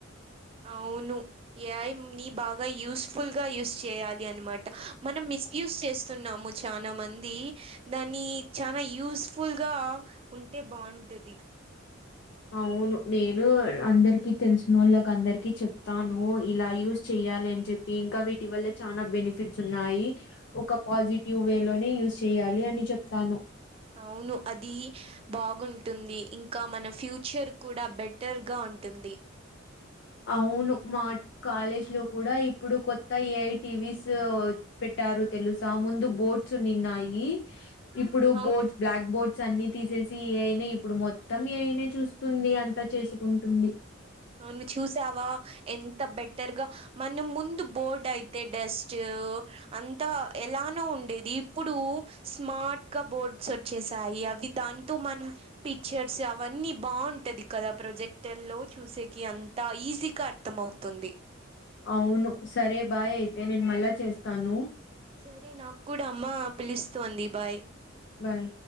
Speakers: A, on the right; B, on the left.
A: అవును ఏ ఐ ని బాగ యూస్ఫుల్ గ యూస్ చేయాలి అనమాట మనం మిస్ యూస్ చేస్తున్నాము చానా మంది దాన్ని చానా యూస్ఫుల్గా ఉంటే బావుంటది
B: అవును నేను అందరికి తెలిసినోళ్ళకందరికి చెప్తాను ఇలా యూజ్ చెయ్యాలి అని చెప్ ఇంకా వీటి వల్ల చానా బెనిఫిట్స్ ఉన్నాయి ఒక పాజిటివ్ వే లోనే యూస్ చేయాలి అని చెప్తాను
A: అవును అదీ బాగుంటుంది ఇంకా మన ఫ్యూచర్ కూడ బెటర్ గా ఉంటుంది
B: అవును మా కాలేజ్ లో కూడ ఇప్పుడు కొత్త ఏ ఐ టి వీ స్ పెట్టారు తెలుసా ముందు బోర్డ్స్ ఉండిన్నాయి ఇప్పుడు
A: అవు
B: బోర్డ్ బ్లాక్ బోర్డ్స్ అన్ని తీసేసి ఏ ఐ నే ఇప్పుడు మొత్తం ఏ ఐ నేచూస్తుంది అంతా చేసుకుంటుంది
A: అవు నువ్ చూసావా ఎంత బెటర్గా మన ముందు బోర్డ్ అయితే డెస్ట్ అంతా ఎలానో ఉండేది ఇప్పుడు స్మార్ట్గా బోర్డ్స్ చేశాయి అవి దాంతో మనం పిక్చర్స్ అవన్నీ బాగుంటది కదా ప్రొజెక్టర్ లో చూసేకి అంతా ఈజీగా అర్థం అవుతుంది
B: అవును సరే బాయ్ అయితే నేను మళ్ళా చేస్తాను
A: సరే నాకు కూడా అమ్మ పిలుస్తోంది బాయ్
B: బాయ్